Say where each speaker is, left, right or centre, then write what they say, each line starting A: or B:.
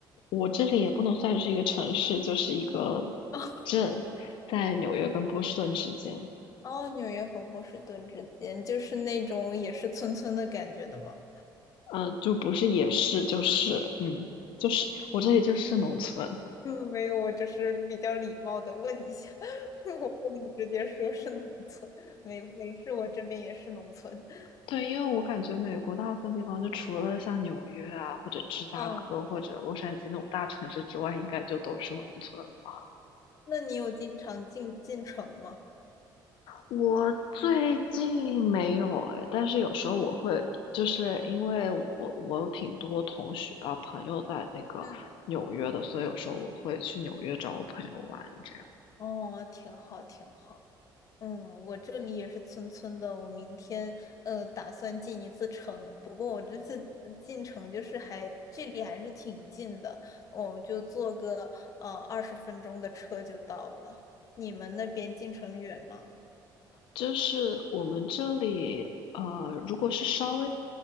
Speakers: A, on the left; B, on the left.
A: 我这里也不能算是一个城市，就是一个
B: <laughs>
A: 镇，在纽约跟波士顿之间，
B: 哦，纽约和波士顿之间，就是那种也是村村的感觉的吗？
A: 嗯，就不是也是，就是，嗯，就是我这里就是农村。
B: <laughs> 嗯，没有，我只是比较礼貌的问一下，<laughs> 我不能直接说是农村，没没事，我这边也是农村。<laughs>
A: 对，因为我感觉美国大部分地方，就除了像纽约啊，或者芝加哥，
B: 嗯，
A: 或者洛杉矶那种大城市之外，应该就都是农村吧。
B: 那你有经常进进城吗？
A: 我最近没有哎，但是有时候我会，就是因为我我有挺多同学啊朋友在那个纽约的，
B: 嗯，
A: 所以有时候我会去纽约找我朋友玩，这样。
B: 哦，挺好，挺好。嗯，我这里也是村村的，我明天呃打算进一次城，不过我这次呃进城就是还距离还是挺近的，我就坐个呃二十分钟的车就到了。你们那边进城远吗？
A: 就是我们这里，呃，如果是稍微，